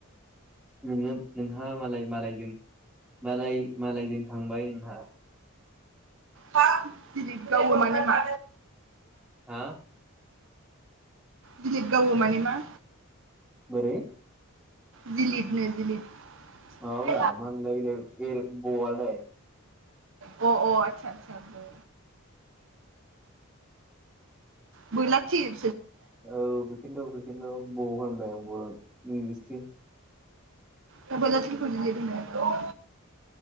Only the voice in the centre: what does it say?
नैलै नोंहा मालाय मालायजों मालाय मालायजों थांबाय होनहा
हा
बोरै
माबाब्रा
मा होनलाय बेलाय एर बआलाय
औ बेखिथु बेखिथु बाव होनबाय बर' नि इंलिसनि